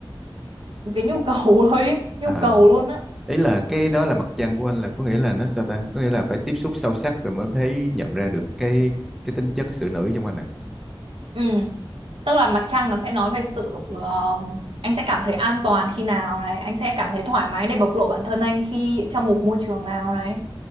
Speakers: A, on the right; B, in the centre.
A: một cái nhu cầu <laughs> thôi ý, nhu
B: à,
A: cầu luôn á
B: ý là cái đó là mặt trăng của anh là có nghĩa là nó sao ta có nghĩa là phải tiếp xúc sâu sắc rồi mới thấy nhận ra được cái cái tính chất sự nữ trong anh à
A: Ừ. Tức là mặt trăng nó sẽ nói về sự um, anh sẽ cảm thấy an toàn khi nào này, anh sẽ cảm thấy thoải mái để bộc lộ bản thân anh khi trong một môi trường nào này.